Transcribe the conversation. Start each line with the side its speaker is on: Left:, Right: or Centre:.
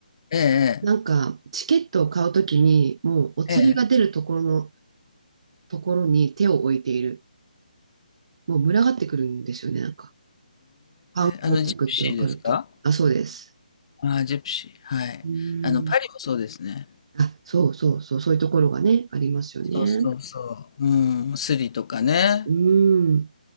Left: ええ、
Right: なんかチケットを買うときに、もうお釣りが出るところの、
Left: ええ、ええ。
Right: ところに手を置いている。もう群がってくるんですよね、なんか。観光客ってわかると。
Left: あのジプシーですか？
Right: あ、そうです。
Left: ああ、ジプシー、はい。
Right: うん
Left: あのパリもそうですね。
Right: あ、そうそうそう、そういうところがね、ありますよね。
Left: そうそうそう。うん、スリとかね。
Right: うん。